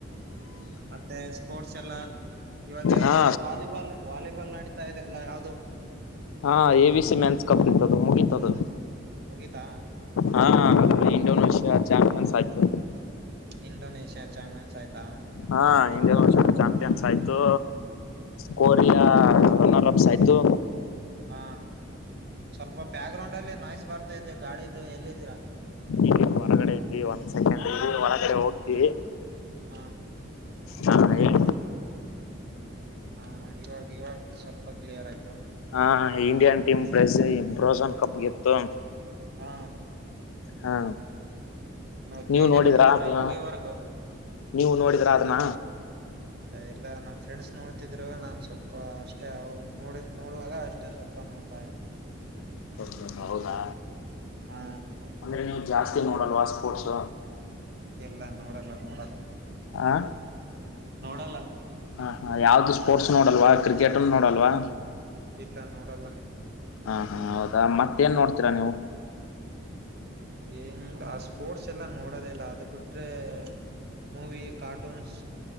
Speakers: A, on the right; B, on the left.
A: ಮತ್ತೆ ಸ್ಪೋರ್ಟ್ಸ್ ಎಲ್ಲ ಇವಾಗ ಯಾವನು
B: ಹಾ
A: ವಾಲಿಬಾಲ್ ವಾಲಿಬಾಲ್ ನಡೀತಾ ಇದೆ ಅಲ್ಲ ಯಾವ್ದೂ.
B: ಹಾ A B C men's cup ಇತ್ತತದು ಮುಗತದು.
A: ಮುಗಿತಾ
B: ಹಾ ಇಂಡೋನೇಷಿಯ ಚಾಂಪಿಯನ್ಸ್ ಆಯ್ತು.
A: ಇಂಡೋನೇಷಿಯ್ಯಾ ಚಾಂಪಿಯನ್ಸ್ ಆಯ್ತಾ.
B: ಹಾ ಇಂಡಿಯಷ ಚಾಂಪಿಯನ್ಸ್ ಆಯ್ತು ಕೋರಿಯಾ ರನ್ನರ್ ಆಫ್ ಆಯಿತು.
A: ಹಾ ಸ್ವಲ್ಪ ಬ್ಯಾಕ್ ಗ್ರೌಂಡ್ ಅಲ್ಲಿ ನಾಯ್ಸ್ ಬರ್ತಾ ಇದೆ ಗಾಳಿದು ಎಲ್ಲಿದ್ದೀರಾ
B: ಇಲ್ಲಿ ಹೊರಗಡೆ ಒಂದ್ ಸೆಕೆಂಡ್ ಒಳಗಡೆ ಹೋಗ್ತೀವಿ
A: ಹಾಂ
B: ಹಾ ಹೇಳ
A: ಹಾ ಇವಾಗ ಇವಾಗ ಸ್ವಲ್ಪ ಕ್ಲಿಯರ್ ಆಯ್ತು ತಗೋ
B: ಹಾ ಇಂಡಿಯನ್ ಟೀಮ್ ಬೇಸ ಬ್ರೋಸನ್ ಕಪ್ಗೆತ್ತು
A: ಹಾ
B: ಹಾ
A: ನೋ
B: ನೀವು
A: ಡೈಲಿ
B: ನೋಡಿದ್ರಾ
A: ನೋಡ್ತಿದ್ರಾ
B: ಅದ
A: ಮುಗಿಯವರೆಗೂ
B: ನೀವು ನೋಡಿದ್ರ ಅದನ್ನ
A: <inaudible> ಇಲ್ಲ ನನ್ ಫ್ರೆಂಡ್ಸ್ ನೋಡ್ತಿದ್ರು ನಾನ್ ಸ್ವಲ್ಪ ಅಷ್ಟೇ ಅವ್ರು ನೋಡ ನೋಡುವಾಗ ಅಷ್ಟ ಸ್ವಲ್ಪ ನೋಡ್ತಾ ಐತೆ
B: ಹೌದ ಹೌದಾ
A: ಹಾ
B: ಅಂದ್ರೆ ನೀವು ಜಾಸ್ತಿ ನೋಡಲ್ವಾ ಸ್ಪೋರ್ಟ್ಸ
A: ಎಲ್ಲ ನೋಡಲ್ಲ ನೋಡಲ್ಲ
B: ಹ
A: ನೋಡಲ್ಲ
B: ಹಾ ಹಾ ಯಾವ್ದು ಸ್ಪೋರ್ಟ್ಸ್ ನೋಡಲ್ವಾ ಕ್ರಿಕೆಟ್ ನೋಡಲ್ವಾ
A: ಇಲ್ಲ ನೋಡಲ್ಲ
B: ಹಾ ಹಾ ಹೌದಾ ಮತ್ತೇಏನ್ ನೋಡ್ತೀರಾ ನೀವು
A: ಏನ್ ಆ ಸ್ಪೋರ್ಟ್ಸ್ ಎಲ್ಲಾ ನೋಡೋದ ಇಲ್ಲ ಅದ ಬಿಟ್ರೆ ಮೂವಿ ಕಾರ್ಟೂನ್ಸ್